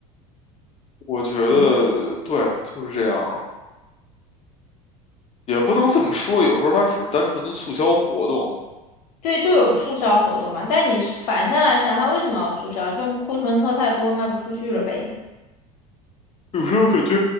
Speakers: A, on the left (about 30°); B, on the left (about 70°).
A: 我觉得对啊，
B: 嗯，
A: 就是这样啊，也不能这么说，有时候它只是单纯的促销活动，
B: 对，就有促销活动嘛。但你反向来想，它为什么要促销？就库存车太多卖不出去了呗。
A: 有时候感觉